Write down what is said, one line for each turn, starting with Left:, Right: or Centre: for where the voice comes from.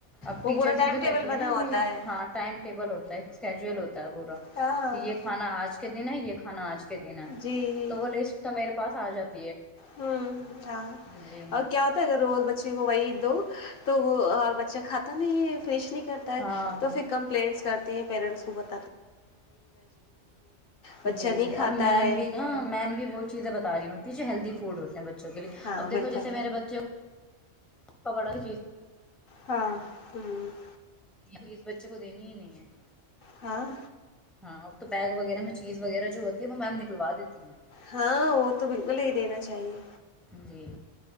Centre: اب
Left: وہ
Centre: ٹیچرس
Left: پورا ٹائم
Centre: بھی تو
Left: ٹیبل
Centre: کہتی ہے
Left: بنا
Centre: نا یہ
Left: ہوتا ہے
Centre: ہاں ٹائم ٹیبل ہوتا ہے کیجل ہوتا ہے پورا
Left: ہاں
Centre: کہ یہ کھانا آج کے دن ہے یہ کھانا آج کے دن ہے
Left: جی جی
Centre: تو بولیے اس تو میں پاس آ جاتا
Left: ہوں ہاں
Centre: جی
Left: اور کیا ہوتا ہے اگر روز بچی کو وہی دو <unintelligible> تو وہ اور بچ <unintelligible> ج کھاتا نہیں یہ فش نہیں کرتا ہے
Centre: ہاں
Left: تو پھر کمپلینٹس کر پیرنٹس کوت <unintelligible> بچہ
Centre: جی
Left: نہیں
Centre: جی
Left: کھاتا
Centre: اب میم
Left: ہے
Centre: بھی نا میم بھی وہ چیزیں بتا رہی ہوں کیھ ہیلدی فوڈ ہوتی ہمبت <unintelligible> بچوں کےے
Left: ہاں
Centre: اب
Left: بالکل
Centre: دھو جیسے میرے بچے <unintelligible> پکڑا کی چیز
Left: ہاں ٹ <unintelligible>
Centre: فیس بچے کو دنیی ہی نہیں ہے <unintelligible>
Left: ہاں
Centre: ہاں اب تو بیگ وغیرہ میں چیز وغیرہ جو ہوتی ہے وہ میم نکلوا دیتی ہیں
Left: ہاں وہ تو بالکل ہی دینا چاہیے
Centre: جی